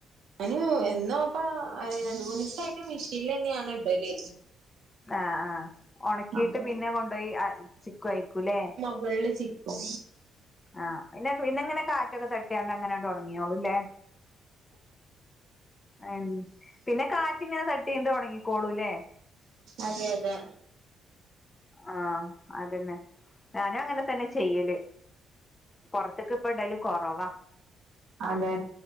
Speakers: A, on the right; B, on the left.
A: ഞാന് എന്നാപ്പ രണ്ട് മൂന്ന് ദിവസായിട്ട് മെഷീനിൽ തന്നെയാണ് ഇടല്.
B: ആ ആ ഉണക്കിയിട്ട്
A: അപ്പൊ
B: പിന്നെ കൊണ്ടുപോയി ചിക്കു ആയിരിക്കൂല്ലേ?
A: മുകളിലെ ചിക്കും.
B: ആഹ് പിന്നെ പിന്ന എങ്ങനെ കാറ്റൊക്കെ തട്ടിയണ്ട് അങ്ങനെ ഒണങ്ങിയോളൂല്ലേ? ഉം പിന്നെ കാറ്റ് ഇങ്ങനെ തട്ടിണ്ട് ഉണങ്ങിക്കൊള്ളൂലെ?
A: അതെ അതെ.
B: ആഹ് അതന്നെ ഞാനും അങ്ങനെ തന്നെ ചെയ്യല്. പുറത്തേക്ക് ഇപ്പം ഇടല് കൊറവാ.
A: അതെ